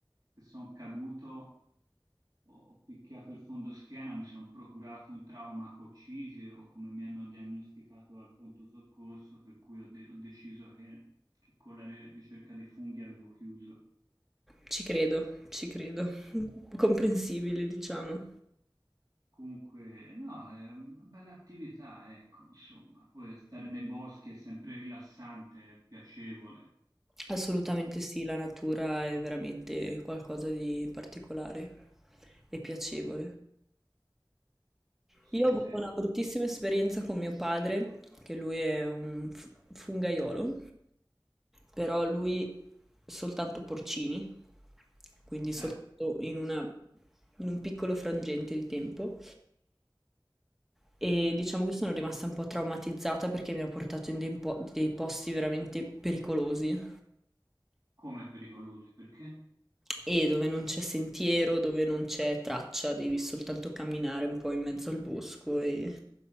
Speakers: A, on the right; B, in the centre.
A: che sono caduto Ho, ho picchiato il fondoschiena, mi sono procurato un trauma a coccige o come mi hanno diagnosticato al pronto soccorso, per cui ho, de- ho deciso che, che con la re- ricerca dei funghi avevo chiuso.
B: Ci credo, ci credo. <laughs> Comprensibile, diciamo.
A: Comunque, no, è una bella attività, ecco, insomma. Poi stare nei boschi è sempre rilassante, è piacevole.
B: Assolutamente sì, la natura è veramente qualcosa di particolare e piacevole.
A: Sì,
B: Io ho
A: sì.
B: avuto una bruttissima esperienza con mio padre, che lui è un f- fungaiolo, però lui soltanto porcini, quindi soltanto
A: Eh,
B: in una- in un piccolo frangente di tempo. E diciamo che sono rimasta un po' traumatizzata perché mi ha portato in dei, po- dei posti veramente pericolosi
A: come pericolosi, perché?
B: e dove non c'è sentiero, dove non c'è traccia, devi soltanto camminare un po' in mezzo al bosco e